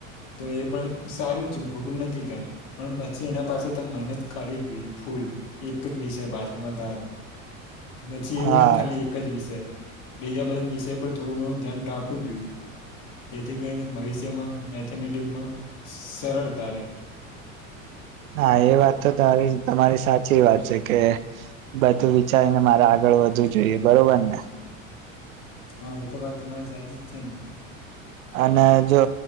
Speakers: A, on the left (about 60°); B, on the right (about 80°).
A: તો એ પણ સારું જ છે ખોટું નથી કાઈ પણ પછી એના પાસે ત મહેનત કરવી જોઈએ ફૂલ લ એક જ વિષય પાસે વધારે
B: <inaudible>
A: પછી એવું
B: હા
A: નહિ ખાલી એક જ વિષય બીજા બધા વિષય પર થોડું ઘણું ધ્યાન રાખવું જોઈએ. જેથી કરીને ભવિષ્યમાં મેથેમેટિકમાં સરળતા રહે.
B: <inaudible> હા એ વાત તો તારી તમારી સાચી વાત છે કે બધું વિચારીને મારા આગળ આગળ વધવું જોઈએ બરોબર ને
A: હા એતો વાત તમારી સાચી જ છે ને
B: અને જો